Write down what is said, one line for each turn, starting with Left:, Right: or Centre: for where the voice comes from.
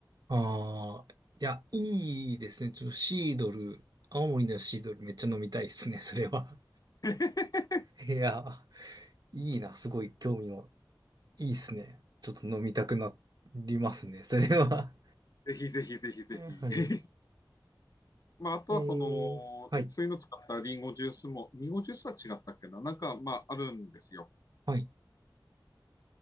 Right: ああ、いや、いいですね。ちょっとシードル、青森のシードルめっちゃ飲みたいですね、それは。
Left: <laughs>
Right: <laughs> いや、いいな、すごい興味を。いいっすね。ちょっと飲みたくなりますね、それは。
Left: ぜひぜひぜひぜひ。
Right: <laughs> はい。
Left: <laughs> まあ、あとはその、
Right: えー、はい。
Left: そういうの使ったリンゴジュースも、リンゴジュースは違ったっけな、なんかまああるんですよ。
Right: はい。